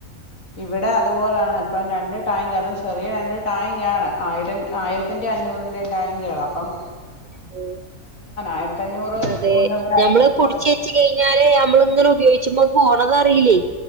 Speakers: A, on the left (about 65°); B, on the right (about 65°).
A: ഇവിടെ അതുപോലാൺ ഇപ്പം രണ്ട് ടാങ്ക് അതും ചെറിയ രണ്ട് ടായ്ങ്ക് ആണ് ആയിരം ആയിരത്തിൻ്റെ അഞ്ഞൂറിൻ്റെ ടായ്ങ്ക്കളപ്പം
B: ഉം
A: ആയിരത്തഞ്ഞൂറ്
B: അതെ
A: ഇതുകൊണ്ട് ഒരാഴ്ച
B: ഞമ്മള്
A: നിക്കാൻ
B: പുടിച്ച്
A: പറ്റോ
B: വെച്ച് കയ്ഞ്ഞാല് ഞമ്മള് ഇങ്ങനെ ഉപയോച്ചുമ്പോ പോണതറിയില്ലേ